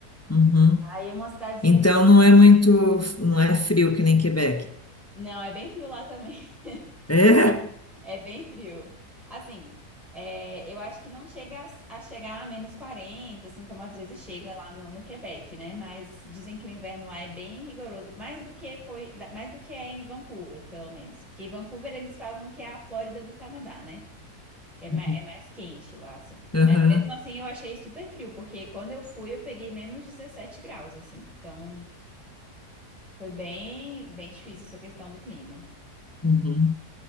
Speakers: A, on the left (about 25°); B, in the centre.
A: Uhum.
B: Aí é uma cidadezinha
A: Então
B: bem
A: não é
B: pequenininha.
A: muito, não é frio que nem Quebec.
B: Não, é bem frio lá também. <laughs>
A: É?
B: É bem frio. Assim, é, eu acho que não chega a, a chegar a menos 40, assim como às vezes chega lá no, no Quebec, né? Mas dizem que o inverno lá é bem rigoroso, mais do que foi, da- mais do que é em Vancouver, pelo menos. Porque em Vancouver eles falam que é a Flórida do Canadá, né? Que é mais,
A: Uhum.
B: é mais quente lá, assim.
A: Aham.
B: Mas mesmo assim eu achei super frio, porque quando eu fui eu peguei menos 17 graus, assim. Então foi bem, bem difícil essa questão do clima.
A: Uhum.